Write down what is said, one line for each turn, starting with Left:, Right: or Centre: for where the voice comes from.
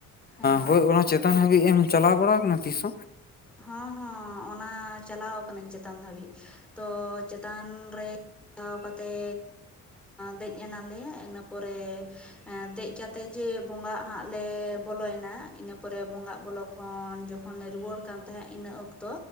Centre: ᱦᱮᱸ
Left: ᱦᱳ ᱚᱱᱟ ᱪᱮᱛᱟᱱ ᱦᱟᱹᱵᱤᱡ ᱮᱢ ᱪᱟᱞᱟᱣ ᱵᱟᱲᱟ ᱟᱠᱟᱱᱟ ᱛᱤᱥ ᱦ
Centre: ᱦᱚᱸ ᱦᱚᱸ ᱚᱱᱟ ᱪᱟᱞᱟᱣ ᱟᱠᱟᱱᱟᱹᱧ ᱪᱮᱛᱟᱱ ᱫᱷᱟᱹᱵᱤᱡ ᱛᱚ ᱪᱮᱛᱟᱱ ᱨᱮ ᱫᱷᱟᱣ ᱠᱟᱛᱮ ᱫᱮᱡ ᱮᱱᱟᱞᱮ ᱤᱱᱟᱹ ᱯᱚᱨᱮ ᱫᱮᱡ ᱠᱟᱛᱮ ᱡᱮ ᱵᱚᱸᱜᱟᱜ ᱦᱟᱸᱜ ᱞᱮ ᱵᱚᱞᱚᱭᱮᱱᱟ ᱤᱱᱟᱹ ᱯᱚᱨᱮ ᱵᱚᱸᱜᱟᱜ ᱵᱚᱞᱚ ᱠᱷᱚᱱ ᱡᱚᱠᱷᱚᱱ ᱞᱮ ᱨᱩᱭᱟᱹᱲ ᱠᱟᱱ ᱛᱟᱦᱮᱸᱜ ᱤᱱᱟᱹ ᱚᱠᱛᱚ